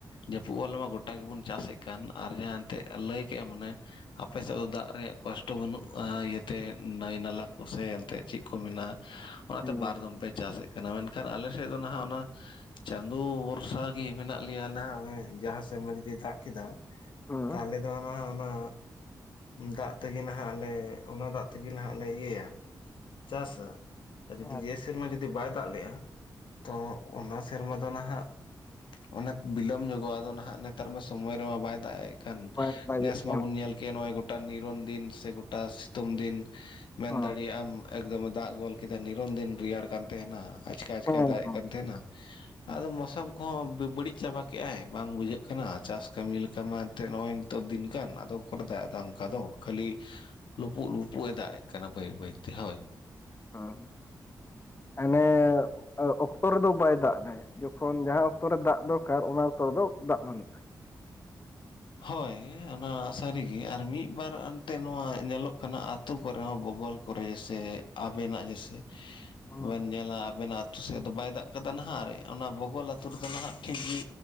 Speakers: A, on the left; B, on the left.
A: ᱡᱟᱹᱯᱩᱫ ᱵᱟᱞᱮ ᱢᱟ ᱜᱚᱴᱟ ᱜᱮᱵᱚᱱ ᱪᱟᱥᱮᱫ ᱠᱟᱱ ᱟᱨ ᱡᱟᱦᱟᱸ ᱮᱱᱛᱮᱫ ᱞᱟᱹᱭ ᱠᱮᱫ ᱟᱢ ᱚᱱᱮᱼᱼ ᱟᱯᱮ ᱥᱮᱫ ᱫᱚ ᱫᱟᱜ ᱨᱮᱭᱟᱜ ᱠᱚᱥᱴᱚ ᱵᱟᱹᱱᱩᱜᱼᱟ ᱤᱭᱟᱹᱛᱮ ᱱᱟᱹᱭ ᱱᱟᱞᱟ ᱠᱚ ᱥᱮ ᱮᱱᱛᱮᱜ ᱪᱮᱫ ᱠᱚ ᱢᱮᱱᱟᱜᱼᱟ᱾ ᱚᱱᱟᱛᱮ
B: ᱦᱮᱸ
A: ᱵᱟᱨ ᱫᱚᱢ ᱯᱮ ᱪᱟᱥᱮᱫ ᱠᱟᱱᱟ ᱢᱮᱱᱠᱷᱟᱱ ᱟᱞᱮ ᱥᱮᱫ ᱫᱚ ᱱᱟᱼᱦᱟᱸᱜ ᱚᱱᱟᱼᱼ ᱪᱟᱸᱫᱳ ᱵᱷᱚᱨᱥᱟ ᱜᱮ ᱢᱮᱱᱟᱜ ᱞᱮᱭᱟ ᱱᱟᱼᱦᱟᱸᱜ ᱡᱟᱦᱟᱸ ᱥᱮᱫ ᱢᱟ ᱡᱩᱫᱤᱭ ᱫᱟᱜ ᱠᱮᱫᱟᱼᱼ
B: ᱦᱮᱸ
A: ᱛᱟᱦᱚᱞᱮ ᱫᱚ ᱚᱱᱟ ᱚᱱᱟᱼᱼ ᱫᱟᱜ ᱛᱮᱜᱮ ᱱᱟᱦᱟᱜ ᱞᱮ ᱚᱱᱟ ᱫᱟᱜ ᱛᱮᱜᱮ ᱱᱟᱦᱟᱜ ᱞᱮ ᱤᱭᱟᱹᱭᱟ ᱪᱟᱥᱟ᱾ ᱟᱨ ᱡᱩᱫᱤ
B: ᱟᱪᱪᱷᱟ
A: ᱱᱤᱭᱟᱹ ᱥᱮᱨᱢᱟ ᱡᱩᱫᱤ ᱵᱟᱭ ᱫᱟᱜ ᱞᱮᱼᱟ ᱛᱚ ᱚᱱᱟ ᱥᱮᱨᱢᱟ ᱫᱚ ᱱᱟᱦᱟᱜᱼᱼ ᱚᱱᱟ ᱵᱤᱞᱚᱢ ᱧᱚᱜᱚᱜᱼᱟ ᱟᱫᱚ ᱱᱟᱦᱟᱜ ᱱᱮᱛᱟᱨ ᱢᱟ ᱥᱚᱢᱚᱭ ᱨᱮᱢᱟ ᱵᱟᱭ ᱫᱟᱜ ᱮᱫ᱾ ᱠᱷᱟᱱ
B: ᱵᱟᱭ ᱫᱟᱜᱮᱫ
A: ᱱᱮᱥ
B: ᱠᱟᱱ
A: ᱢᱟᱵᱚᱱ ᱧᱮᱞ ᱠᱮᱜ ᱱᱚᱜᱼᱚᱭ ᱜᱚᱴᱟ ᱱᱤᱨᱚᱱ ᱫᱤᱱ ᱥᱮ ᱜᱚᱴᱟᱼᱼ ᱥᱤᱛᱩᱝ ᱫᱤᱱ ᱢᱮᱱ
B: ᱦᱳᱭ
A: ᱫᱟᱲᱮᱭᱟᱜ ᱟᱢ ᱮᱠᱫᱚᱢᱮ ᱫᱟᱜ ᱜᱚᱫ ᱠᱮᱫᱟ ᱱᱤᱨᱚᱱ ᱫᱤᱱ ᱨᱮᱭᱟᱲ ᱠᱟᱱ ᱛᱟᱦᱮᱱᱟ᱾ ᱟᱪᱠᱟ ᱟᱪᱠᱟ
B: ᱦᱮᱸ ᱦᱮᱸ
A: ᱫᱟᱜ ᱮᱫ ᱠᱟᱱ ᱛᱟᱦᱮᱱᱟ᱾ ᱟᱫᱚ ᱢᱳᱥᱚᱢ ᱠᱚᱦᱚᱸ ᱵᱟᱹᱲᱤᱡ ᱪᱟᱵᱟ ᱠᱮᱜᱼᱟᱭ ᱵᱟᱝ ᱵᱩᱡᱷᱟᱹᱜ ᱠᱟᱱᱟ ᱪᱟᱥ ᱠᱟᱹᱢᱤ ᱞᱮᱠᱟᱢᱟ ᱮᱱᱛᱮᱫ ᱱᱚᱜᱼᱚᱭᱼᱼ ᱛᱚ ᱫᱤᱱ ᱠᱟᱱ ᱟᱫᱚ ᱩᱠᱩᱨᱮ ᱫᱟᱜ ᱮᱫᱟ ᱚᱱᱠᱟ ᱫᱚ ᱠᱷᱟᱹᱞᱤ ᱞᱩᱯᱩᱜ ᱞᱩᱯᱩᱜ ᱮ ᱫᱟᱭᱼᱼ ᱠᱟᱱᱟ ᱵᱟᱹᱭ ᱵᱟᱹᱭᱛᱮ ᱦᱳᱭ᱾
B: ᱦᱩᱸ ᱦᱟᱱᱮᱼᱼ ᱟᱨ ᱚᱠᱛᱚ ᱨᱮᱫᱚ ᱵᱟᱭ ᱫᱟᱜ ᱮᱫᱟ ᱡᱚᱠᱷᱚᱱ ᱡᱟᱦᱟᱸ ᱚᱠᱛᱚ ᱨᱮ ᱫᱟᱜ ᱫᱚᱨᱠᱟᱨ ᱚᱱᱟ ᱚᱠᱛᱚ ᱨᱮᱫᱚ ᱫᱟᱜ ᱵᱟᱹᱱᱩᱜᱼᱟ᱾
A: ᱦᱳᱭ ᱚᱱᱟ ᱥᱟᱹᱨᱤ ᱜᱮ ᱟᱨ ᱢᱤᱫ ᱵᱟᱨ ᱮᱱᱛᱮ ᱱᱚᱣᱟ ᱧᱮᱞᱚᱜ ᱠᱟᱱᱟ ᱟᱛᱳ ᱠᱚᱨᱮ ᱦᱚᱸ ᱵᱷᱳᱜᱳᱞᱼᱼ ᱠᱚᱨᱮ ᱥᱮ ᱟᱵᱮᱱᱟᱜ ᱡᱮᱭᱥᱮᱼᱼ
B: ᱦᱮᱸ
A: ᱵᱮᱱ ᱧᱮᱞᱟ ᱟᱵᱮᱱᱟᱜ ᱟᱹᱛᱩ ᱥᱮᱫ ᱫᱚ ᱵᱟᱭ ᱫᱟᱜ ᱠᱟᱫᱟ ᱱᱟᱦᱟᱜ ᱟᱨ ᱚᱱᱟ ᱵᱩᱜᱚᱞ ᱟᱛᱳ ᱨᱮᱫᱚ ᱱᱟᱦᱟᱜ ᱴᱷᱤᱠ ᱜᱤᱼᱼ